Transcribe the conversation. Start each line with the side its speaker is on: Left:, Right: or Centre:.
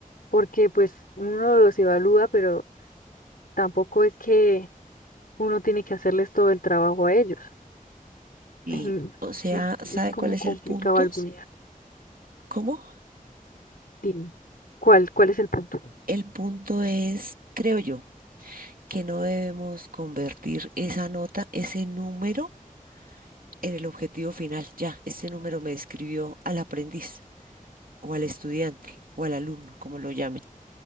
Left: porque pues uno los evalúa, pero tampoco es que uno tiene que hacerles todo el trabajo a ellos.
Right: Y,
Left: <laughs> Em,
Right: o
Left: Es
Right: sea,
Left: que
Right: ¿sabe
Left: es como
Right: cuál es
Left: complicado
Right: el punto?
Left: algún Sí. día.
Right: ¿Cómo?
Left: Dime, ¿cuál, cuál es el punto?
Right: El punto es, creo yo, que no debemos convertir esa nota, ese número, en el objetivo final. Ya, este número me describió al aprendiz, o al estudiante, o al alumno, como lo llamen.